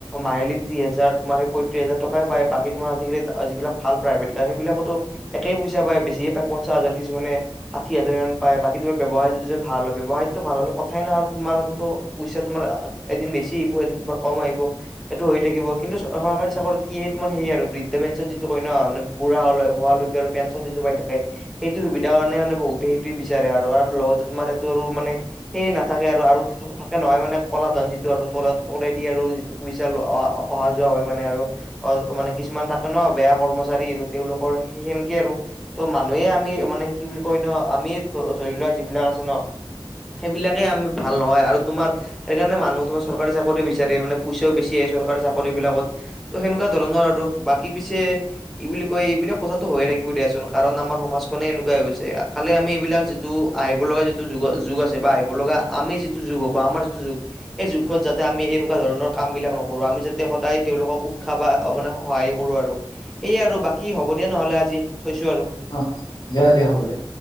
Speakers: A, in the centre; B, on the left (about 55°).
A: মাহিলী ত্ৰিশহাজাৰ তোমাৰ সেই পঁয়ত্ৰিশ হাজাৰ টকাই পায় বাকী তোমাৰ আজিকালি যিবিলাক ভাল প্ৰাইভেট কাম সেইবিলাকতো একেই পইচা পায় বেছিয়ে পায় পঞ্চাছ হাজাৰ কিছুমানে ষাঠি হাজাৰমান কিমান মান পায় বাকী তুমি ব্যৱসায় যেন ভাল হল ব্যৱসায়তো ভাল হ'লে কথাই নাই আৰু তোমাৰ হেটোতো পইচা তোমাৰ এদিন বেছি আহিব, এদিন তোমাৰ কম আহিব। সেইটো হৈ থাকিব, কিন্তু চৰকাৰী চাকৰিত কি এইটো মানে হেৰি আৰু বৃদ্ধ পেঞ্চন যিটো কয় ন মানে বুঢ়া হলে হালৈকে আৰু পেঞ্চন যিটো পাই থাকে সেইটো সুবিধা কাৰণে মানে বহুতে সেইটোৱে বিচাৰে আৰু লগতে তোমাৰ সেইটো আৰু মানে সেয়ে নাথাকে আৰু আৰু থাকে নহয় মানে কলা ধন যিটো আৰু তলে তলেদি আৰু যিটো পইচা অহা যোৱা হয় মানে আৰু অ' মানে কিছুমান থাকে ন বেয়া কৰ্মচাৰী তেওঁলোকৰ সেইখিন কে আৰু ত মানুহে আমি মানে কি বুলি কয় ন আমি ধ ধৰি লোৱা যিবিলাক আছে ন সেইবিলাকেই আমি ভাল নহয় আৰু তোমাৰ সেইকাৰণে মানুহ তোমাৰ চৰকাৰী চাকৰি বিচাৰে মানে পইচাও বেছি আহে চৰকাৰী চাকৰি বিলাকত ত' সেনেকুৱা ধৰণৰ আৰু বাকী পিছে কি বুলি কয় এইবিলাক কথাটো হয়ে থাক কিব‌ দিয়াচোন কাৰণ আমাৰ সমাজখনে এনেকুৱা গৈছে, খালি আমি এইবিলাক যিটো আহিব লগা যি টো যুগৰ যুগ আছে বা আহিব লগা আমি যিটো যুগ হব বা আমাৰ যিটো যুগ সেই যুগত যাতে আমি এনেকুৱা ধৰণৰ কাম বিলাক নকৰোঁ আমি যাতে সদায় তেওঁলোকক উৎসাহ বা অ' মানে সহায় কৰোঁ আৰু সেয়ে আৰু বাকী হ'ব দিয়া নহ'লে আজি থৈছোঁ আৰু
B: অ', দিয়া, দিয়া হ'ব দিয়া